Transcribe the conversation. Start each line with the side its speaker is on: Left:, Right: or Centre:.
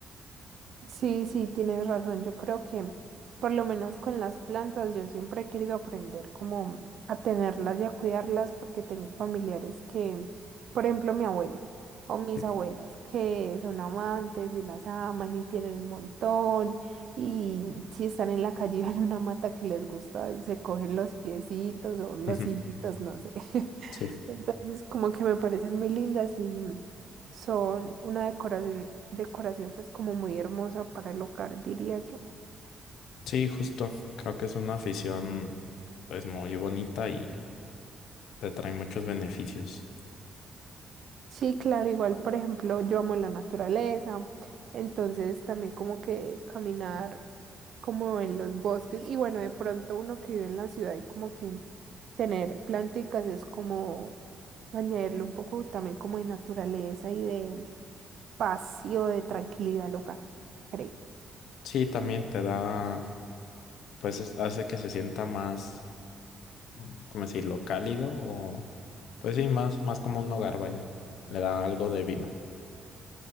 Right: Sí, sí, tienes razón. Yo creo que por lo menos con las plantas yo siempre he querido aprender como a tenerlas y a cuidarlas porque tengo familiares que, por ejemplo, mi abuela o mis
Left: Sí.
Right: abuelas que son amantes y las aman y tienen un montón y si están en la calle y ven una mata que les gusta, se cogen los piecitos o los
Left: Ujú.
Right: hijitos, no sé. <laughs>
Left: Sí,
Right: Entonces, como que me parecen muy lindas y son una decoración, decoración pues como muy hermosa para el hogar, diría yo.
Left: sí, justo. Creo que es una afición pues muy bonita y te trae muchos beneficios.
Right: Sí, claro, igual, por ejemplo, yo amo la naturaleza, entonces también como que caminar como en los bosques y bueno, de pronto uno que vive en la ciudad y como que tener planticas es como añadirle un poco también como de naturaleza y de paz y o de tranquilidad al hogar, creo.
Left: Sí, también te da, pues es- hace que se sienta más, mm, ¿cómo decirlo? Cálido o, pues sí, más, más como un hogar, vaya. Le da algo de vida.